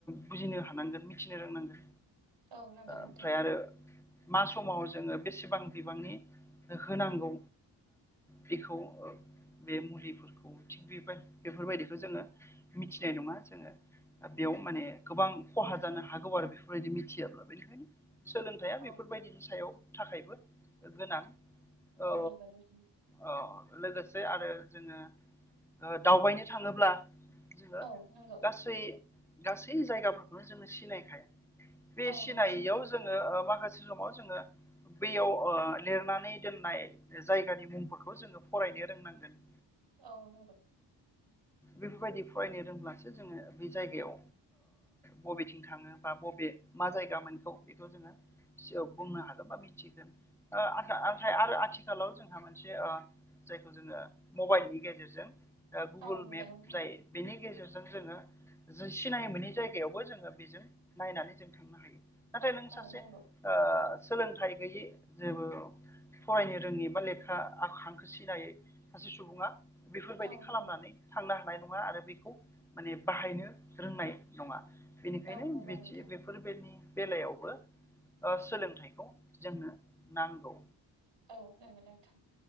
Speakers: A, in the centre; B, on the right (about 85°).
A: बुजिनो हानांगोन मिथिनो रोंनांगोन
B: औ नंगौ नोंथां
A: ओमफ्राय आरो मा समाव जोङो बेसेबां बिबांनि होनांगौ बेखौ बे मुलिफोरखौ थिग बे बेफोरबायदिखौ जोङो मिथि - नङा जोङो बेयाव माने गोबां खहा जानो हागौ आरो बेफोरबायदि मिथियाबा सोलोंथाइया
B: औ
A: बेफोरबायदिनि सायाव थाखायबो गोनां औ
B: नंगौ नोंथां
A: औ लोगोसे आरो जोङो दावबायनो थाङोब्ला जोङो
B: औ नंगौ
A: गासै गासै जायगाफोरखौनो जोङो सिनायखाया बे
B: औ
A: सिनायैयाव
B: नंगौ नोंथां
A: जोङो माखासे समाव जोङो बैयाव लिरनानै दोननाय जायगानि मुंफोरखौ जोङो फराय- नो रोंनांगोन
B: औ नंगौ
A: बेफोरबायदि फरायनो मानसिया जों बे जायगायाव बबेथिं थाङो बा बबे मा जायगा मोनखौ जोङो सिगाङाव बुंनो हादोंब्ला मिथिहोदों आरो आथिखाल- आथिखालाव जोंहा मोनसे जायखौ जोङो मबाइलनि गेजेरजों गुगोल
B: औ नंगौ औ नंगौ
A: मेप
B: नोंथां
A: जाय बेनि गेजेरजों जों जोङो सिनाय मोननि जायगायावबो जोङो बेजों नायनानै जों थांनो हायो। नाथाय नों
B: औ
A: सासे
B: नंगौ
A: सोलोंथाइ गैयै जेबो फरायनो रोङि बा लेखा हांखो सिनायै सासे सुबुङा बेफोरबायदि
B: औ
A: खालामनानै
B: नंगौ
A: थांनो हानाय नङा आरो बेखौ माने बाहायनो रोंनाय नङा बेनिखायनो
B: औ नंगौ
A: बिदि
B: नोंथां
A: बेफोरबायदि बेलायावबो सोलोंथाइखौ जोंनो नांगौ।
B: औ नोंगौ नोंथां